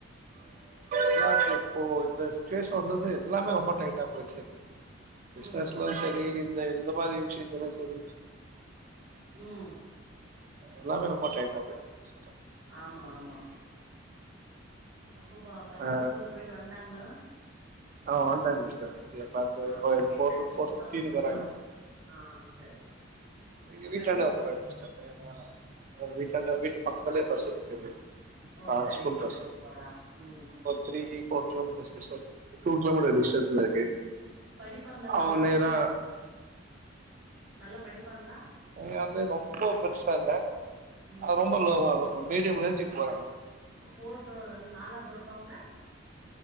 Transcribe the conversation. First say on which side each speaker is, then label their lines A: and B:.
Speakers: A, on the right; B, on the right.
A: எல்லாருக்கு இப்போ இந்த சுச்சிவேஷன் வந்தது எல்லாமே ரொம்ப டைட்டா போயிட்ருக்கு பிஸ்னஸ்லயு
B: ம்
A: செ ரி‌ இந்த இந்த மாரி விஷயத்துல செரி
B: ம்
A: எல்லாமே ரொம்ப டைட்டா போயிட்ருக்கு சிஸ்டர்
B: ஆமா ஆமா அப்பப்பா பசங்க
A: ஆ
B: ஸ்கூல் போயிட்டு வந்டாங்ளா?
A: ஆ வந்ட்டாங்க சிஸ்டர் <unintelligible>
B: ஆ வீட்ல
A: ஃபோர்
B: வீட்ல
A: ஃபோர் ஃபிஃப்டீனுக்கு
B: பாத்துப்பாங்க.
A: வராங்க
B: ஆ சரி சரி
A: எங்க வீட்டாண்ட
B: படிப்பெல்லா
A: வந்துராங்க சிஸ்டர் நேரா அ வீட்டாண்ட வீட்டு பக்கத்துலே பஸ்ஸு நிக்குது
B: ஓ
A: கா
B: சேரிங்
A: ஸ்கூல் பஸ்
B: சேரிங் தோழா ம்
A: three four kilometres distance இப்போ டூ கிலோ மீட்டர்
B: ஆ
A: டிஸ்டன்ஸ்ல இருக்கு
B: படிப்பாங்களா
A: அவ
B: நல்லா
A: நேரா
B: அவங்க நல்லா படிப்பாங்களா
A: அவுங்க வந்து ரொம்போ பெருசா இல்ல
B: ம்
A: அது ரொம்ப லோவா இல்ல மீடியம் ரேஞ்சுக் போறாங்க
B: அ ஃபோர்த் தோ நாலாவது ஒருத்தவங்க